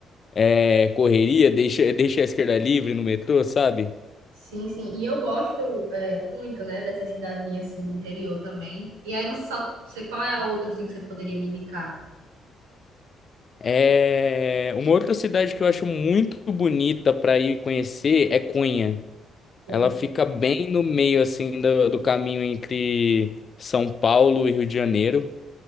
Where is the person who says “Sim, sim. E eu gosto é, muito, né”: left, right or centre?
Right